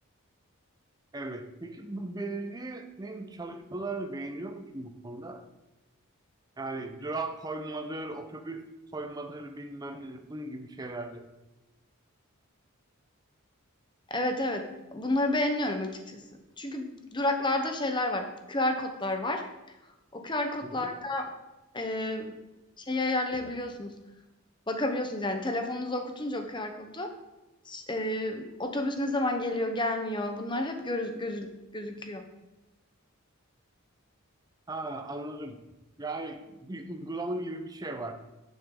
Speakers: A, on the right; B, on the left.
A: evet. Peki bu belediyenin çalışmalarını beğeniyor musun bu konuda? Yani durak koymadır, otobüs koymadır, bilmem nedir, bunun gibi şeylerde.
B: Evet, evet. Bunları beğeniyorum açıkçası. Çünkü duraklarda şeyler var, QR kodlar var. O QR kodlar,
A: Hı hı.
B: eee, şeyi ayarlayabiliyorsunuz, bakabiliyorsunuz. Yani telefonunuza okutunca o QR kodu, ş eee, otobüs ne zaman geliyor, gelmiyor bunlar hep görüz gözü gözüküyor.
A: Ha, anladım. Yani bir uygulama gibi bir şey var.